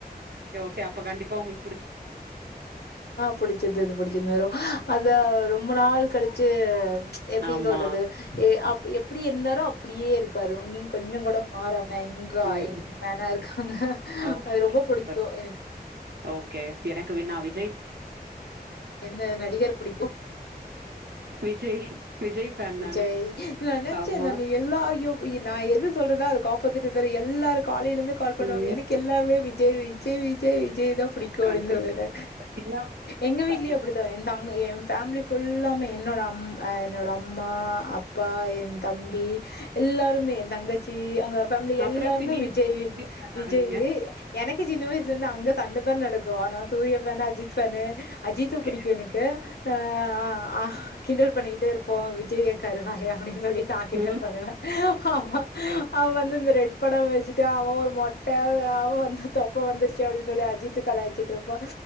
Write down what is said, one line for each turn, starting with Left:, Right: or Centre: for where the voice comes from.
Right: கே அப்ப கண்டிப்பா உங்கள்க்கு
Left: புடிச்சது அது புடி <unintelligible> அத ரொம்ப நாள் கழிச்சு எப்பிடி
Right: ஆமா.
Left: சொல்றது ஏ அப் எப்பிடி இருந்தாரோ அப்பிடியே இருக்காரு நீ கொஞ்சோ கூட மாறாம வே இங்கா
Right: ம்.
Left: எங்க மேனா இரு அ
Right: ஓகே,
Left: அது
Right: ஓகே.
Left: ரொம்ப புடிக்கு
Right: சூப்பர்.
Left: எனக்
Right: ஓகே. எனக்கு வின்னாவி
Left: எந்த நடிகர் புடிக்கு
Right: விஜய் விஜய் ஃபேன்
Left: விஜய்
Right: நானு.
Left: நெனச்சே
Right: ஆமா.
Left: நானு எல்லாயு நா எது சொல்றதா அதுக் ஆப்போஸிட்டா தெரி எல்லாருக் காலையிலந்து கால் பண்ணுவாங்க
Right: ம்.
Left: எனக்கு எல்லாமே விஜ தே விஜய் விஜய் விஜய்தா புடிக்கு அடின்னு
Right: கண்டிப்பா.
Left: சொல்லற
Right: சின்ன வயசுல
Left: எங்க
Right: ஃபேனு.
Left: வீட்லியு அப்பிடிதா எந்தாங் ங்க ஏ ஃபேமிலி ஃபுல்லாமே என்னோட அம் ஆ என்னோட அம்மா அப்பா ஏ தம்பி எல்லாருமே ஏ தங்கச்சி அங்க ஃபேமிலி எல்லாருமே
Right: அப்புறம் எப்படி நீங்க
Left: விஜய்
Right: ஃபேன்
Left: விஜயி
Right: ஆனீங்க?
Left: எனக் கி சின்ன வயசுல இருந்து அங்க சாண்டதா நடக்கு ஆனா Suriya fan Ajith fan Ajith
Right: okay.
Left: புடிக்கு எனக்கு ச ஆ ஆ கிண்டல் பண்ணிக்கிட்டே இருப்போ விஜய் கருவாய அப்பிடின்னு சொல்லி தா கிண்டல்
Right: ம்.
Left: பண்ணுவே ஆ
Right: ஓகே, ஓகே.
Left: அவ வந்து இந்த ரெட் பட வச்சுட்டு அவ ஒரு மொட்ட அவ வந்து தொப்ப வந்துருச்சி அப்பிடின்னு சொல்லி அஜித்து கயிச்சிட்டு இருப்போ